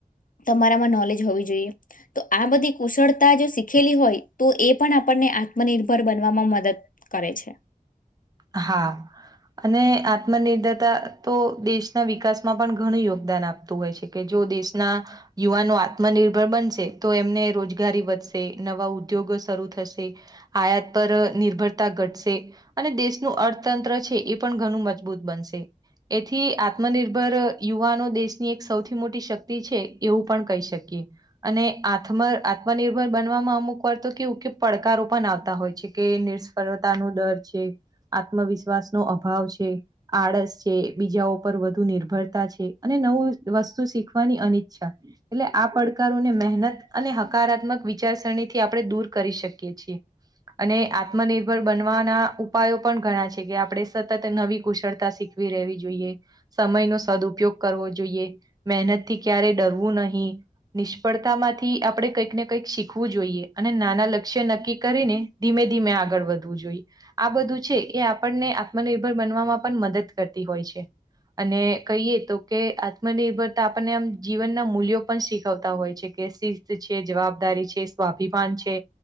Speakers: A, on the left (about 65°); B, on the right (about 25°).
A: તમારામાં નોલેજ હોવી જોઈએ તો આ બધી કુશળતા જો શીખેલી હોય તો એ પણ આપણને આત્મનિર્ભર બનવામાં મદદ કરે છે
B: હા. અને આત્મનિર્ભરતા તો દેશના વિકાસમાં પણ ઘણું યોગદાન આપે તો હોય છે કે જો દેશના યુવાનો આત્મનિર્ભર બનશે તો એમને રોજગારી વધશે નવા ઉદ્યોગો શરૂ થશે આયાત પર નિર્ભરતા ઘટશે અને દેશ નું અર્થતંત્ર છે એ પણ ઘણું મજબૂત બનશે એથી આત્મનિર્ભર યુવાનો દેશની એક સૌથી મોટી શક્તિ છે એવું પણ કહી શકીએ અને આત્મ આત્મનિર્ભર બનવામાં અમુક વાર તો કેવું કે પડકારો પણ આવતા હોય છે કે નિષ્ફળતા નો ડર છે આત્મવિશ્વાસ નો અભાવ છે આળસ છે બીજા ઉપર વધુ નિર્ભરતા છે અને નવું વસ્તુ શીખવાની અનિચ્છા એટલે આ પડકારોને મહેનત અને હકારાત્મક વિચારસરણીથી આપણે દૂર કરી શકીએ છીએ અને આત્મનિર્ભર બનવાના ઉપાયો પણ ઘણા છે કે આપણે સતત નવી કુશળતા શીખવી રહેવી જોઈએ સમય નો સદઉપયોગ કરવો જોઈએ મહેનતથી ક્યારેય ડરવું નહી નિષ્ફળતામાંથી આપણે કંઈક ને કંઈક શીખવું જોઈએ અને નાના લક્ષ્ય નક્કી કરીને ધીમે ધીમે આગળ વધવું જોઈએ આ બધું છે એ આપણને આત્મનિર્ભર બનવામાં પણ મદદ કરતી હોય છે. અને કહીએ તો કે આત્મનિર્ભરતા આપણને આમ જીવનના મૂલ્યો પણ શીખવતા હોય છે કે શિસ્ત છે, જવાબદારી છે, સ્વાભિમાન છે,